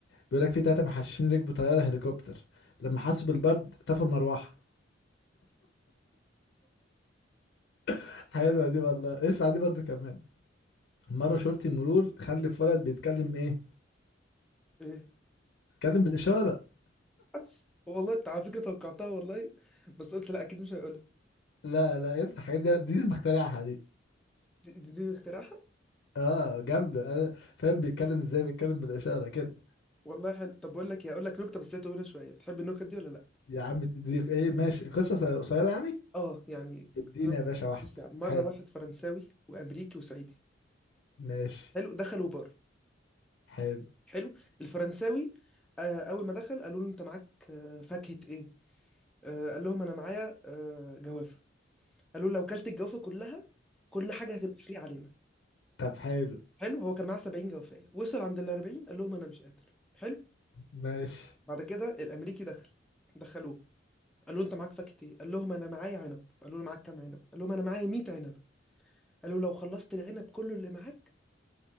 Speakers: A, on the left (about 60°); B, in the centre.
A: بيقول لك في تلاتة محششين ركبوا طيارة هليكوبتر لما حسوا بالبرد طفوا المروحة <laughs> حلوة دي والله اسمع دي برضو كمان مرة شرطي مرور خلف ولد بيتكلم ايه؟
B: ايه؟
A: بيتكلم بالإشارة
B: <laughs> والله انت على فكرة توقعتها والله بس قلت لا اكيد مش هيقولها
A: لا لا افتح الحاجات دي دي اللي مخترعها دي
B: دي, دي, دي اختراعها
A: اه جامدة انا فاهم بيتكلم ازاي بيتكلم بالإشارة كده
B: والله حلو طب بقول لك ايه اقول لك نكتة بس هي طويلة شوية بتحب النكت دي ولا لا؟
A: يا عم دي ايه ماشي قصة قصيرة قصيرة يعني
B: اه يعني
A: اديني
B: نكتة
A: يا باشا واحدة
B: بص يا عم مرة
A: حلو
B: واحد فرنساوي وامريكي وصعيدي
A: ماشي
B: حلو دخلوا بار
A: حلو
B: حلو الفرنساوي آه، اول ما دخل قالوا له انت معاك آه، فاكهة ايه آه، قال لهم انا معايا آه، جوافة قالوا له لو كلت الجوافة كلها كل حاجة هتبقى فري علينا
A: طب حلو
B: حلو هو كان معاه 70 جوافية وصل عند ال 40 قال لهم انا مش قادر حلو
A: ماشي
B: بعد كده الامريكي دخل دخلوه قالوا له انت معاك فاكهة ايه قال لهم انا معايا عنب قالوا له معاك كام عنب قال لهم انا معايا 100 عنب قالوا له لو خلصت العنب كله اللي معاك